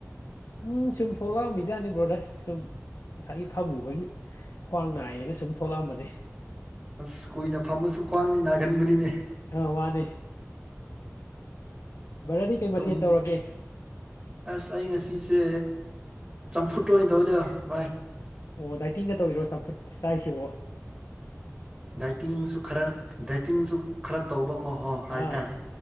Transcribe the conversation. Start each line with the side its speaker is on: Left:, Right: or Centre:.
Left: ꯎꯝ ꯁꯨꯝ ꯊꯣꯛꯂꯛꯑꯝꯃꯤꯖꯠꯅꯤ ꯕꯣꯗꯔ ꯁꯨꯝ ꯉꯁꯥꯏꯒꯤ ꯐꯝꯃꯨꯕꯒꯤ ꯈ꯭ꯋꯥꯡ ꯅꯥꯏꯌꯦꯅ ꯁꯨꯝ ꯊꯣꯛꯂꯛꯑꯝꯕꯅꯦ
Right: ꯑꯁ ꯀꯨꯏꯅ ꯐꯝꯃꯁꯨ ꯈ꯭ꯋꯥꯡꯅꯤ ꯅꯥꯒꯟꯕꯅꯤꯅꯦ
Left: ꯑꯧ ꯃꯥꯅꯦ ꯕꯔꯗꯤ ꯀꯩ ꯃꯊꯦꯜ
Right: ꯇꯨꯝ
Left: ꯇꯧꯔꯒꯦ
Right: ꯑꯁ ꯑꯩ ꯉꯁꯤꯁꯦ ꯆꯝꯐꯨꯠ ꯑꯣꯏ ꯇꯧꯋꯏꯗ ꯚꯥꯏ
Left: ꯑꯣ ꯗꯥꯏꯇꯤꯡꯒ ꯇꯧꯔꯤꯔꯣ ꯆꯝꯐꯨꯠ ꯆꯥꯁꯤꯕꯣ
Right: ꯗꯥꯏꯇꯤꯡꯁꯨ ꯈꯔ ꯗꯥꯏꯇꯤꯡꯁꯨ ꯈꯔ ꯇꯧꯕꯀꯣ ꯍꯣ ꯍꯥꯏꯇꯥꯔꯦ
Left: ꯑꯥ